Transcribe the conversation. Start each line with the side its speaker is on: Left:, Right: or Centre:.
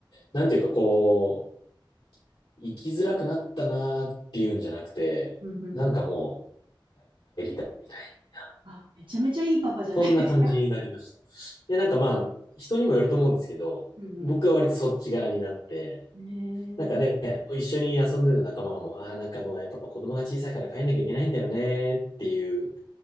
Left: なんていうかこう、生きづらくなったなーっていうんじゃなくて、
Right: うん、うん。
Left: なんかもう、みたいな。
Right: あ、めちゃめちゃいいパパじゃないですか。
Left: そんな感じになりました。で、なんかまあ、人にもよると思うんですけど、
Right: うん、
Left: 僕は割とそっち側になって、
Right: うん。ねえ、
Left: なんかね、一緒に遊んでた仲間も、ああ、なんかもうやっぱまあ子供が小さいから帰んなきゃいけないんだよねっていう、